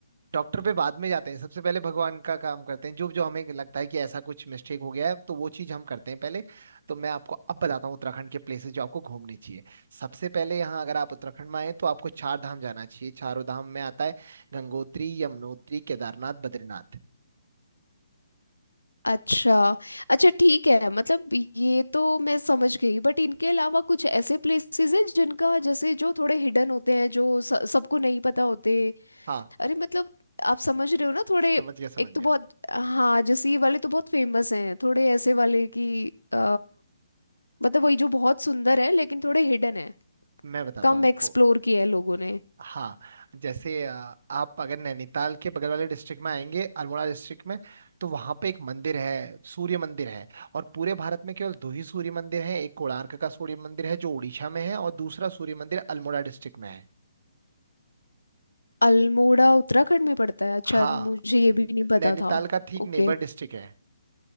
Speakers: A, on the right (about 55°); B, on the left (about 90°).
A: डॉक्टर पे बाद में जाते हैं सबसे पहले भगवान का काम करते हैं जो जो हमें लगता है कि ऐसा कुछ मिस्टेक हो गया है तो वो चीज हम करते हैं पहले तो मैं आपको अब बताता हूँ उत्तराखंड के प्लेसेस जो आपको घूमने चाहिए सबसे पहले यहाँ अगर आप उत्तराखंड में आए तो आपको चार धाम जाना चाहिए चारों धाम में आता है गंगोत्री यमुनोत्री केदारनाथ बद्रीनाथ
B: अच्छा अच्छा ठीक है मतलब ये तो मैं समझ गई बट इनके अलावा कुछ ऐसे प्लेसेस हैं जिनका जैसे जो थोड़े हिडन होते हैं जो स- सबको नहीं पता होते
A: हाँ,
B: अरे मतलब आप समझ रहे हो ना थोड़े
A: समझ गया समझ
B: एक
A: गया
B: तो बहुत हाँ जैसे ये वाले तो बहुत फेमस हैं थोड़े ऐसे वाले कि अ, मतलब वही जो बहुत सुंदर है लेकिन थोड़े हिडन है
A: मैं बताता
B: कम
A: हूँ आपको
B: एक्सप्लोर किया है लोगों ने
A: हाँ जैसे अ, आप अगर नैनीताल के बगल वाले डिस्ट्रिक्ट में आएंगे अल्मोड़ा डिस्ट्रिक्ट में तो वहाँ पे एक मंदिर है सूर्य मंदिर है और पूरे भारत में केवल दो ही सूर्य मंदिर हैं एक कोणार्क का सूर्य मंदिर है जो उड़ीसा में है और दूसरा सूर्य मंदिर अल्मोड़ा डिस्ट्रिक्ट में है
B: अल्मोड़ा उत्तराखंड में पड़ता है अच्छा
A: हाँ
B: मुझे ये
A: न-
B: भी नहीं पता
A: नैनीताल
B: था
A: का ठीक
B: ओके
A: नेबर डिस्ट्रिक्ट है